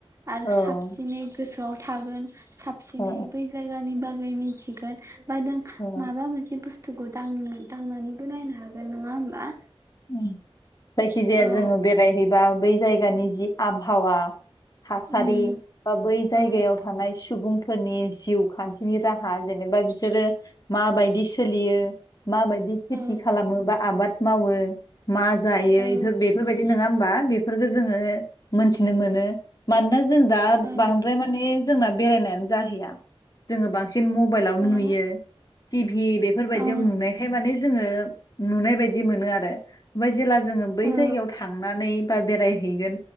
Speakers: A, on the right; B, on the left.
A: आरो
B: औ ओ
A: साबसिनै गोसोआव थागोन साबसिनै
B: ओ
A: बै जायगानि बाग गै मोनथिगोन बा दों
B: ओ
A: माबा मोन बिदि बुस्थुखौ दांनो दांनानैबो नायनो हागोन नङा होमबा
B: ओं जायखि जाया
A: औ
B: जोङो बेरायहै बा बै जायगानि जि आबहावा थासारि
A: उम
B: बा बै जायगायाव
A: औ
B: थानाय सुबुं फोरनि जिउ खान्थिनि राहा जेनेबा बिसोरो माबायदि सोलियो माबायदि खेथि
A: औ
B: खालामो बा आबाद मावो मा जायै
A: औ
B: फोर बेफोरबायदि नङा होमबा? बेफोर खो जोङो मोनथिनो मोनो। मानोना जों दा
A: औ
B: बांद्राय माने जोंना बेरायनायानो जाहैया जोङो बांसिन मबाइलावनो
A: औ
B: नुयो टि भि बेफोरबायदियाव
A: औ
B: नुनायखाय माने जोङो नुनाय बायदि मोनो आरो। ओमफाय जेला जोङो बै
A: ओ औ
B: जायगायाव थांनानै बा बेरायहैगोन